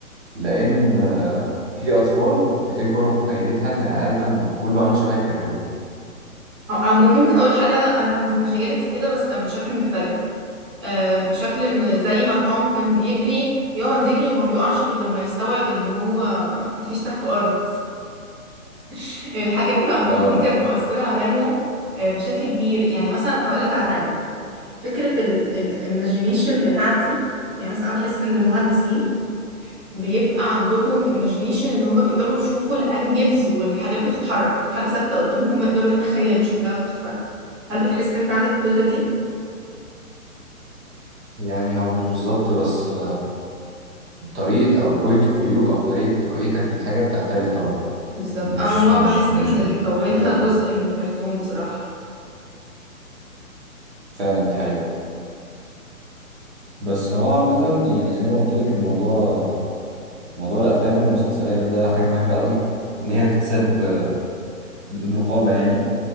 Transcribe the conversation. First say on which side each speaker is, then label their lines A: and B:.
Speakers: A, on the right; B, on the right.
A: لان آه، في اطفال بتكبر في مخيلتها ان العالم كله عامل شبه الكرتون
B: او أو ممكن اقول حاجة انا أنا كان في مخيلتي كده بس كان بشكل مختلف آه، بشكل ان زي ما توم كان بيجري يقعد يجري وما بيقعش غير لما يستوعب ان هو مفيش تحته ارض <laughs> الحاجات العبيطة
A: اه
B: دي كانت مؤثرة عليا آه، بشكل كبير يعني مثلا هقول لك على حاجة فكرة الايماجينيشن بتاعتي يعني مثلا أنا بحس إن المهندسين بيبقى عندهم imagination إن هم بيقدروا يشوفوا الأنجلز والحاجات بتتحرك حاجة ثابتة قدامهم هم يقدروا يتخيلوا شكلها وهي بتتحرك هل بتحس إن أنت عندك القدرة دي؟
A: يعني هو مش بالظبط بس طريقة أو بوينت اوف فيو أو طريقة رؤيتك للحاجة بتختلف طبعا
B: بالظبط
A: مش
B: أنا عموما
A: مش
B: بحس
A: مش
B: إن اللي
A: بتكون
B: كونها
A: حاجة
B: جزء من الكرتون بصراحة
A: فعلا دي حقيقة بس هو عامة يعني زي ما قلت لك الموضوع موضوع الأفلام والمسلسلات ده حاجة مهمة قوي إن هي تتساب آه، بدون رقابة يعني